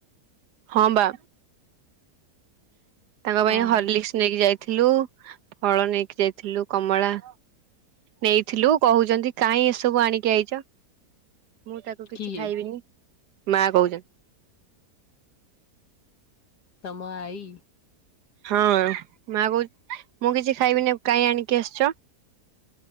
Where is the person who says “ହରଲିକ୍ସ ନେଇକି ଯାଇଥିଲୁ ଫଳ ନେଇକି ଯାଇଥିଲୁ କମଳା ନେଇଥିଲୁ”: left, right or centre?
Right